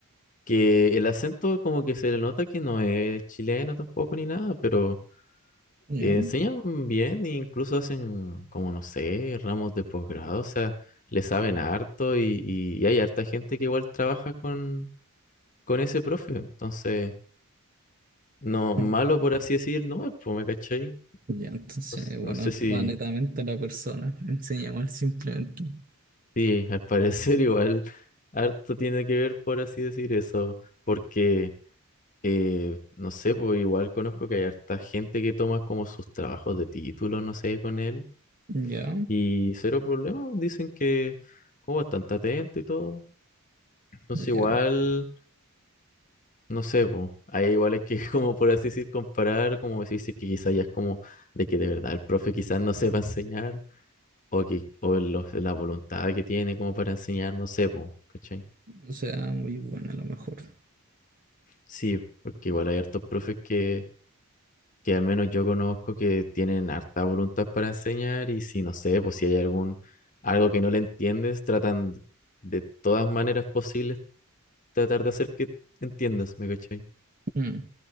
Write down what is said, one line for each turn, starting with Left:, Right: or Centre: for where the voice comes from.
Left: que el acento como que se le nota que no es chileno tampoco ni nada, pero
Right: Ya.
Left: eh, enseñan bien e incluso hacen como, no sé, ramos de posgrado, o sea, le saben harto y, y y hay harta gente que igual trabaja con con ese profe. Entonces, no, malo
Right: Mm.
Left: por así decir, no es, pues, ¿me cachai?
Right: Ya, entonces,
Left: No, s-
Right: bueno,
Left: no sé si,
Right: va netamente a la persona. Enseña mal simplemente.
Left: sí, al parecer <laughs> igual harto tiene que ver por así decir eso, porque, eh, no sé, pues igual conozco que hay harta gente que toma como sus trabajos de título, no sé, con él,
Right: Ya,
Left: y cero problema, dicen que como bastante atento y todo. Entonces,
Right: ya.
Left: igual... No sé, po. Ahí igual hay que, <laughs> como por así decir, comparar, como decir, si es que quizás ya es como de que de verdad el profe quizás no sepa enseñar, o que, o los- la voluntad que tiene como para enseñar, no sé, po, ¿cachai?
Right: O sea, muy buena a lo mejor.
Left: Sí, porque igual hay hartos profes que, que al menos yo conozco que tienen harta voluntad para enseñar, y si no sé, pues si hay algún, algo que no le entiendes, tratan de todas maneras posibles tratar de hacer que entiendas, ¿me cachai?
Right: Mm,